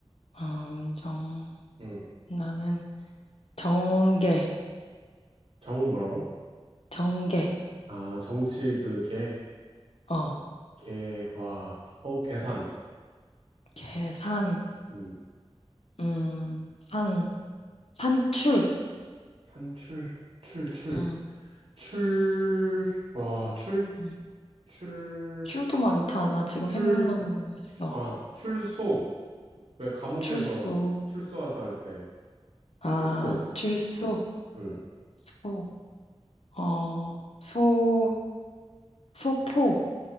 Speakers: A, on the left; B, on the right.
A: 아, 음정.
B: 음.
A: 나는 정계,
B: 정 뭐라고?
A: 정계.
B: 아, 정치 그 개,
A: 어,
B: 개, 와, 개- 어, 계산.
A: 계산,
B: 음.
A: 음, 산, 산출.
B: 산출, 출, 출,
A: 음,
B: 출, 와, 출?
A: 음.
B: 출,
A: 출도 많다. 나 지금
B: 출,
A: 생각나는
B: 어,
A: 거 있어.
B: 추- 아, 출소. 왜 감옥에서
A: 출소,
B: 출소하다 할 때,
A: 아,
B: 출소.
A: 출소,
B: 응.
A: 소, 어, 소, 소포.